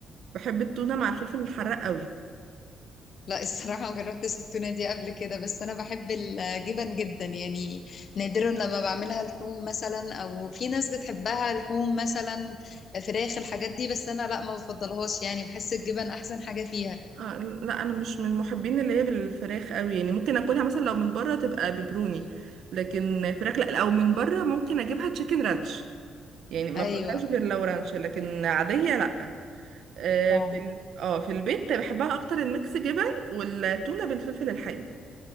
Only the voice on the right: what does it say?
بحب التونة مع الفلفل الحراق قوي
آه لا انا مش من محبين اللي هي بالفراخ قوي يعني ممكن اكلها مثلا لو من بره تبقى ببروني لكن فراخ لا او من بره ممكن اجيبها تشيكن رانش يعني ما
اكلهاش غير لو رانش لكن عادية لا آه
في ال... اه في البيت بحبها اكتر الميكس جبن والتونة بالفلفل الحامي